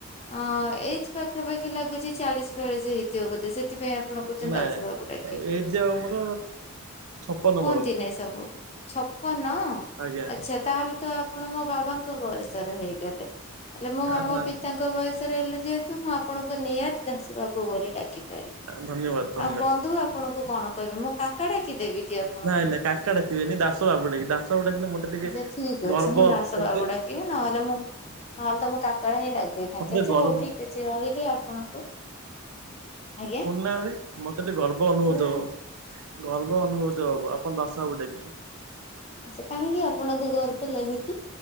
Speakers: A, on the left; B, on the right.
A: ଅଁ ଏଜ ପାଖାପାଖି ଲାଗୁଚ ଚାଳିଶ ବେଳିଶ ହେଇଥିବ ବୋଧେ ସେଥିପାଇଁ ଆପଣ କୋହୁଛନ୍ତି
B: ନାଇଁ
A: ଦାଶବାବୁ ଡାକିବେ
B: ଏଜ ଆଉ ମୋର ଛପନ
A: କୁହନ୍ତି
B: ମୋର
A: ନା ଏ ସବୁ ଛପନ
B: ଆଜ୍ଞା
A: ଆଛା ତାହେଲେ ତ ଆପଣ ମୋ ବାବାଙ୍କ ବୟସର ହେଇଗଲେ। ହେଲେ ମୁଁ ମାମୋ
B: ହଁ।
A: ପିତାଙ୍କ ବୟସରେ ହେଲେ ଯେହେତୁ ମୁଁ ଆପଣଙ୍କ ନିହାତି ଦାସ ବାବୁ ବୋଲି ଡାକି ପାରିବି।
B: ଧନ୍ୟବାଦ ଧନ୍ୟବାଦ
A: ଆଉ ବନ୍ଧୁ ଆପଣଙ୍କୁ କଣ କହିବି ମୁଁ କାକା ଡାକିଦେବି କି ଆପଣଙ୍କୁ?
B: ନାଇଁ ନାଇଁ କାକା ଡାକିବେନି ଦାସ ବାବୁ ଡାକିଲେ ଦାସବାବୁ ଡାକିଲେ ମତେ ଟିକେ
A: ଆଛା ଠିକ
B: ଗର୍ବ
A: ଅଛି ମୁଁ ଦାସ
B: ମତେ
A: ବାବୁ ଢାକିଵୀ ନହେଲେ ମୁଁ ନହେଲେ ତ ମୁଁ କାକା ହିଁ ଡାକି ଦେଇଥାନ୍ତି
B: ଟିକେ
A: ଆଛା
B: ଗର୍ବ
A: ହୋଉ। ହୋଉ ଠିକ ଅଛି ରହିଲି ଆପଣଙ୍କୁ ଆଜ୍ଞା
B: ଶୁଣନାହାନ୍ତି ମତେ ଟିକେ ଗର୍ବ ଅନୁଭୂତ
A: କହୁନାହାନ୍ତି
B: ହବ। ଗର୍ବ ଅନୁଭୂତ ହବ ଆପଣ ଦାଶବାବୁ ଡାକିଲେ।
A: ଆଚ୍ଛା କାହିଁକି ଆପଣଙ୍କୁ ଗର୍ବ ଲାଗୁଛି?